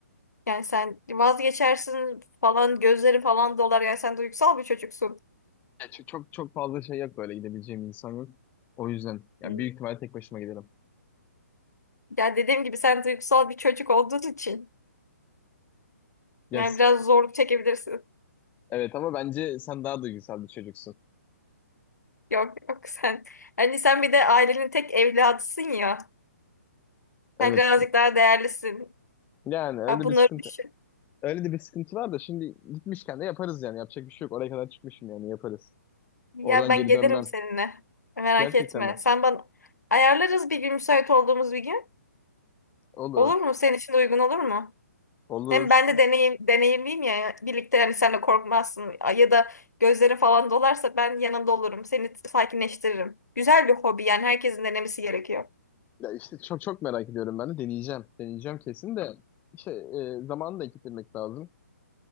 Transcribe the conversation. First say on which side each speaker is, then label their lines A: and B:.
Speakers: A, on the left; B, on the left.
A: Yani sen vazgeçersin falan gözlerin falan dolar. Yani sen duygusal bir çocuksun.
B: Ya çok, çok çok fazla şey yok böyle gidebileceğim insan yok. O yüzden yani
A: Hı.
B: büyük ihtimalle tek başıma giderim.
A: Ya dediğim gibi sen duygusal bir çocuk olduğun için.
B: Yes.
A: Yani biraz zorluk çekebilirsin.
B: Evet ama bence sen daha duygusal bir çocuksun.
A: Yok yok sen. Hani sen bir de ailenin tek evladısın ya.
B: Evet.
A: Sen birazcık daha değerlisin.
B: Yani öyle
A: Ha, bunları
B: bir sıkıntı.
A: düşün.
B: Öyle de bir sıkıntı var da şimdi gitmişken de yaparız yani. Yapacak bir şey yok. Oraya kadar çıkmışım yani yaparız.
A: Ya
B: Oradan
A: ben
B: geri
A: gelirim
B: dönmem.
A: seninle. Merak
B: Gerçekten
A: etme.
B: mi?
A: Sen bana ayarlarız bir gün müsait olduğumuz bir gün.
B: Olur.
A: Olur mu? Senin için de uygun olur mu?
B: Olur.
A: Hem ben de deneyim, deneyimliyim ya. Birlikte hani sen de korkmazsın. Ya da gözlerin falan dolarsa ben yanında olurum. Seni sakinleştiririm. Güzel bir hobi yani herkesin denemesi gerekiyor.
B: Ya işte çok çok merak ediyorum ben de. Deneyeceğim. Deneyeceğim kesin de. İşte e, zamanı da ekittirmek lazım.